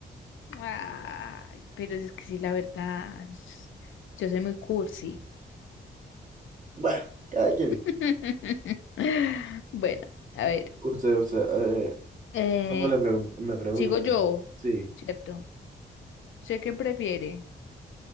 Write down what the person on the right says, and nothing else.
Bueno, cada quien.
Usted, usted, eh,
no le pregunto, me pregunto
también.
sí